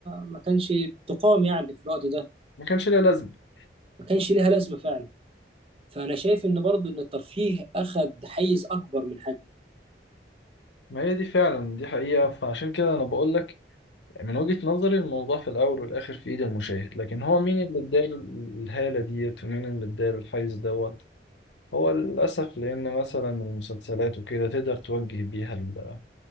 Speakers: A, on the right; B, on the left.
A: ما كانش بتقام يعني في الوقت ده
B: ما كانش ليه لازمة
A: ما كانش ليها لازمة فعلا فأنا شايف إن برضو إن الترفيه أخد حيز أكبر من حجمه
B: ما هي دي فعلا دي حقيقة فعشان كده أنا بقول لك من وجهة نظري الموضوع في الأول والآخر في إيد المشاهد لكن هو مين اللي اداله ال- الهالة ديت ومين اللي اداله الحيز دوت هو للأسف لأن مثلا المسلسلات وكده تقدر توجه بيها ال-